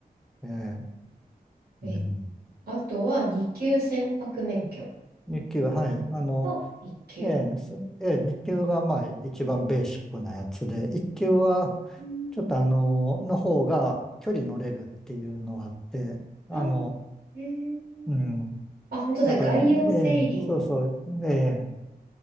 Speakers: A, in the centre; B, on the right (about 75°).
A: ええ、
B: えっと、
A: うん。
B: あとは2級船舶免許
A: 日給は、はい。あの、
B: と1級。
A: ええ、すええ、日給がまあ一番ベーシックなやつで、一級は
B: うん
A: ちょっとあの、の方が距離乗れるっていうのがあって、あの、
B: あ、えー、
A: うん。
B: あ、本当だ。
A: だから、
B: 外洋セーリング。
A: ええ、そうそう、ええ、